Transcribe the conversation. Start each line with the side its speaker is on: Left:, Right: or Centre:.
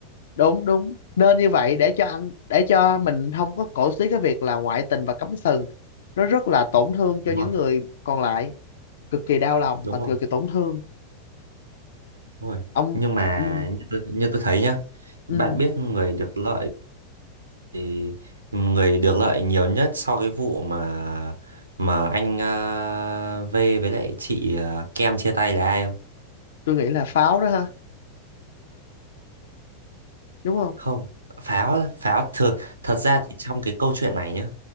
Left: đúng đúng nên như vậy để cho anh để cho mình không có cổ xí cái việc là ngoại tình và cấm sừng nó rất là tổn thương cho
Right: Đúng
Left: những
Right: rồi,
Left: người còn lại cực kỳ đau lòng
Right: đúng
Left: và cực
Right: rồi,
Left: kỳ tổn thương
Right: đúng rồi.
Left: ông
Right: Nhưng mà
Left: ừ,
Right: như tôi, như tôi thấy nhá,
Left: ừ,
Right: bạn biết người được lợi thì người được lợi nhiều nhất sau cái vụ mà mà anh ờ, V với lại chị ờ, Kem chia tay là ai không?
Left: tôi nghĩ là Pháo đó ha đúng không
Right: Không, Pháo Pháo thật thật ra thì trong cái câu chuyện này nhá,